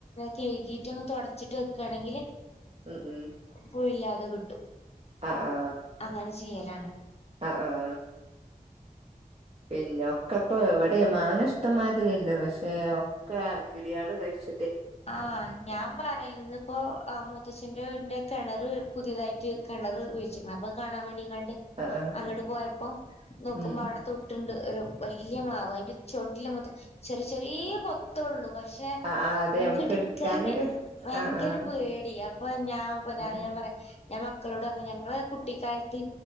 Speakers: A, on the left; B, on the right.
A: കയ്കീട്ട ഒന്ന് തുടച്ചിട്ട് വെക്കുകയാണെങ്കില്
B: ഉം ഉം
A: കെയ്പ്പൂ ഇല്ലാതെ കിട്ടും
B: ആഹ് ആഹ്
A: അങ്ങനെ ചെയ്യലാണ്
B: ആഹ് ആഹ് ഇല്ല ഒക്കെപ്പൊ ഇവടെ മാങ്ങ ഇഷ്ടം മാതിരിയുണ്ട് പക്ഷെ ഒക്കെ കിളിയാള് കഴിച്
A: ആഹ് ഞാൻ പറയ ഇന്ന് ഇപ്പൊ അ മൂത്തച്ഛന്റെ വീടിന്റെ കെണർ പുതിയതായിട്ട് കെണർ കുഴിച്ക്ണ് അപ്പൊ അയ് കാണാൻ വേണ്ടിങ്ങാണ്ട്
B: ആഹ്
A: അങ്ങട് പോയപ്പോ നോക്കുമ്പോ
B: ഉം
A: അവടെ തൊ ട്ട്ണ്ട് ഒരു വല്ല്യ മാവ് അയിന്റെ ചുവട്ടില് മൊത്തം ചെറിയ ചെറിയേ കെത്തൊള്ളൂ പക്ഷെ
B: ആഹ് ആഹ് അതെ
A: നമുക്ക് എടുക്കാന്
B: എടുക്കാനൊരു
A: വയങ്കരം
B: ആഹ് ആഹ്
A: പേടി അപ്പൊ ഞാൻ പ
B: ഉം ഉം
A: ഞാൻ പറയ ഞാൻ മക്കളോട് പറഞ്ഞി ഞങ്ങളെ കുട്ടിക്കാല ത്ത്